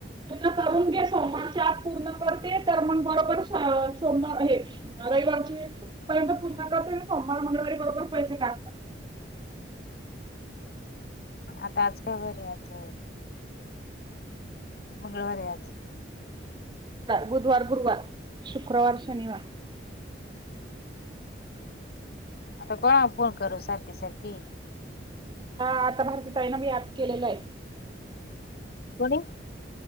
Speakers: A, on the right (about 25°); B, on the left (about 55°).
A: तुझ करून घे सोमवारच्या पूर्ण करते तर मग बरोबर सोमवार हे रविवारचे पर्यंत पूज करते सोमवार मंगळवारी बरोबर पैसे टाकात
B: आता आज काय बर आज मंगळवारी आज
A: बुधवार गुरुवार शुक्रवार शनिवार
B: आता कोणा फोन करू सारखी सारखी
A: <inaudible>
B: कोणी